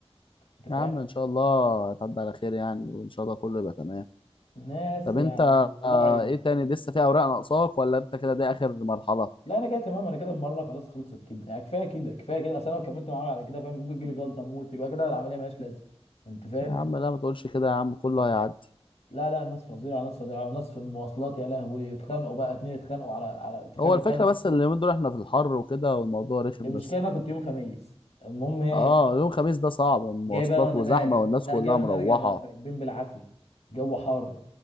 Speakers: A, on the left; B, on the left.
A: انت فاهم
B: يا عم ان شاء الله هتعدي على خير يعني وان شاء الله كله يبقى تمام
A: ناس
B: طب
A: يعني
B: انت
A: طلعوا
B: آه،
A: عيني
B: ايه تاني لسه في اوراق ناقصاك ولا انت كده دي اخر مرحله
A: لا انا كده تمام انا كده المره خلاص خلصت كده يعني كفايه كده كفايه كده اصل انا لو كملت معاهم على كده فاهم ممكن تجيلي جلطه موت يبقى كده العمليه ملهاش لازمه انت فاهم
B: يا عم لا ما تقولش كده يا عم كله هيعدي
A: لا لا ناس فظيعه ناس فظيعه وناس في المواصلات يا لهوي اتخانقوا بقى اتنين اتخانقوا على على انت فاهم
B: هو
A: بيتخانقوا
B: الفكره بس اللي من دول احنا في الحر وكده والموضوع رخم
A: المشكله
B: بس
A: ان انا كنت يوم خميس المهم ايه
B: اه يوم خميس ده صعب المواصلات
A: جاي بقى وانا
B: وزحمه
A: راجع
B: والناس
A: لا
B: كلها
A: جاي وانا
B: مروحه
A: راجع بقى راكبين بالعافيه جو حار